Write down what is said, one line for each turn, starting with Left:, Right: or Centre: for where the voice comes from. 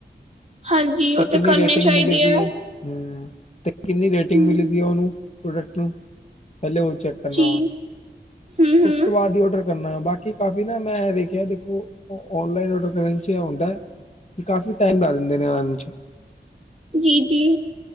Right: ਹਾਂਜੀ ਉਹ
Left: ਤੇ ਕਿੰਨੀ
Right: ਕਰਨੇ
Left: ਰੇਟਿੰਗ
Right: ਚਾਹੀਦੇ
Left: ਮਿਲੀ ਗੀ।
Right: ਆ
Left: ਹਮ ਤੇ ਕਿੰਨੀ ਰੇਟਿੰਗ
Right: ਹਮ
Left: ਮਿਲੀਦੀ ਆ ਉਹਨੂੰ ਪ੍ਰੋਡਕਟ ਪਹਿਲੇ ਉਹ ਨੂੰ ਚੈੱਕ ਕਰਨਾ
Right: ਜੀ
Left: ਵਾ।
Right: ਹਮ ਹਮ
Left: ੳਸ ਤੋ ਬਾਦ ਈ ਔਡਰ। ਬਾਕੀ ਕਾਫੀ ਨਾ ਮੈਂ ਵੇਖਿਆ ਦੇਖੋ ਔਨਲਾਈਨ ਔਡਰ ਕਰਨ ਚ ਏ ਆਉਂਦਾ। ਤੇ ਕਾਫੀ ਟਾਈਮ ਲਾ ਦਿੰਦੇ ਨੇ ਆਣ ਚ।
Right: ਜੀ-ਜੀ।